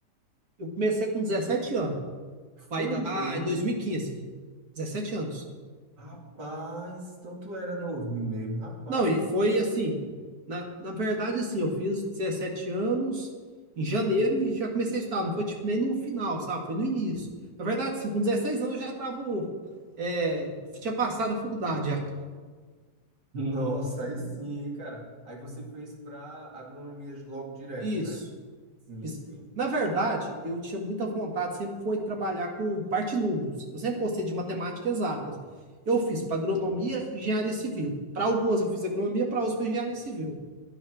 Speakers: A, on the right; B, on the right.
A: eu comecei com 17 anos,
B: Foi
A: vai dar
B: mesmo?
A: é dois mil e quinze 17 anos.
B: Rapaz, então tu era novinho mesmo. Rapaz,
A: Não, e
B: aí
A: foi assim, na, na verdade, assim, eu fiz 17 anos em janeiro e já comecei a estudar. Não foi tipo nem no final, sabe? Foi no início. Na verdade, assim, com 16 anos eu já tava. é, tinha passado a faculdade já.
B: Nossa, aí sim, hein, cara. Aí você fez para agronomia logo direto,
A: Isso.
B: né? Sim,
A: Fiz-
B: sim.
A: Na verdade, eu tinha muita vontade, sempre foi trabalhar com parte de números. Eu sempre gostei de matemática exatas. Eu fiz para agronomia e engenharia civil. Para algumas eu fiz agronomia, para outras foi engenharia civil.